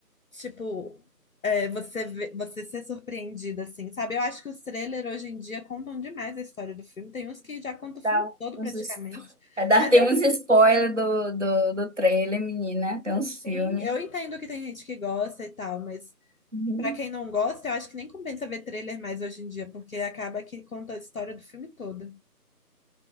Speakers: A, on the left (about 60°); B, on the right (about 50°).
A: Tipo, é, você vê- você ser surpreendida, assim, sabe? Eu acho que os trailers hoje em dia contam demais a história do filme. Tem uns que já contam o
B: Dá
A: filme todo,
B: uns,
A: praticamente.
B: es- <laughs> é, dá,
A: Mas
B: tem
A: eu,
B: uns spoilers do, do, do trailer, menina. Tem uns filmes.
A: sim, eu entendo que tem gente que gosta e tal, mas
B: Uhum.
A: pra quem não gosta, eu acho que nem compensa ver trailer mais hoje em dia, porque acaba que conta a história do filme todo.